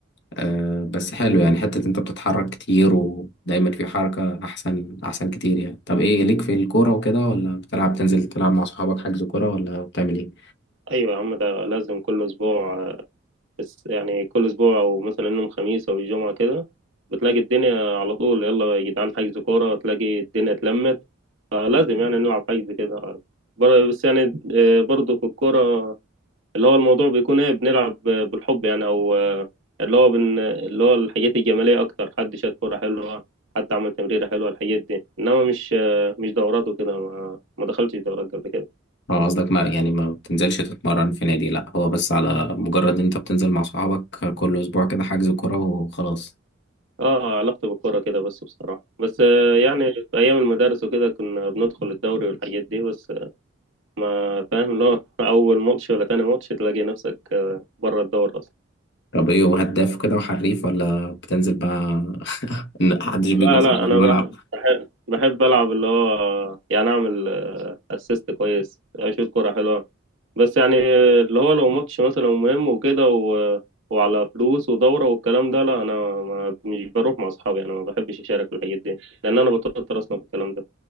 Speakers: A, on the left; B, on the right.
A: أه بس حلو يعني حتة أنت بتتحرك كتير ودايما في حركة أحسن أحسن كتير يعني طب إيه ليك في الكورة وكده ولا بتلعب تنزل تلعب مع صحابك حجز كورة ولا بتعمل إيه؟
B: أيوة يا عم ده لازم كل أسبوع بس يعني كل اسبوع او مثلا يوم خميس او الجمعة كده بتلاقي الدنيا على طول يلا يا جدعان حجز كورة تلاقي الدنيا اتلمت فلازم يعني نلعب حجز كده بر- بس يعني آه، برضه في الكورة اللي هو الموضوع بيكون ايه بنلعب آه، بالحب يعني او آه، اللي هو بن اللي هو الحاجات الجمالية اكتر حد شاط كورة حلوة حد عمل تمريرة حلوة الحاجات دي انما مش آه، مش دورات وكده ما ما دخلتش دورات قبل كده
A: أه قصدك ما يعني ما بتنزلش تتمرن في نادي لأ هو بس على مجرد أنت بتنزل مع صحابك كل أسبوع كده حجز كورة وخلاص
B: اه علاقتي بالكورة كده بس بصراحة بس آه، يعني في أيام المدارس وكده كنا بندخل الدوري والحاجات دي بس آه، ما فاهم اللي هو <laughs> أول ماتش ولا تاني ماتش تلاقي نفسك آه، بره الدوري أصلا
A: طب ايه وهداف كده وحريف ولا بتنزل بقى <laughs> إن محدش
B: لا
A: بيبص
B: لا
A: لك
B: أنا
A: في الملعب
B: بح- بحب بحب ألعب اللي هو آه، يعني أعمل أسيست كويس أشوط كورة حلوة بس يعني آه، اللي هو لو ماتش مثلا مهم وكده و... وعلى فلوس ودورة والكلام ده لا أنا ما مش بروح مع أصحابي أنا ما بحبش أشارك في الحاجات دي لأن أنا بتوتر أصلا في الكلام ده